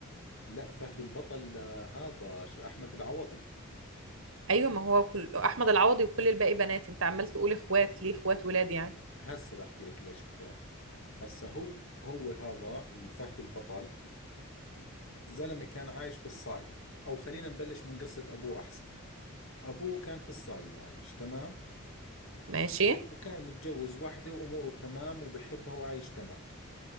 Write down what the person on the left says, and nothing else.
لا فهد البطل آه، هذا شو احمد العوضي
هسه بحكي لك ليش اخوات هسه هو هو هذا الفهد البطل زلمة كان عايش بالصايد أو خلينا نبلش من قصة أبوه أحسن أبوه كان في الصايد عايش تمام
وكان متجوز واحدة وأموره تمام وبحبها وعايش تمام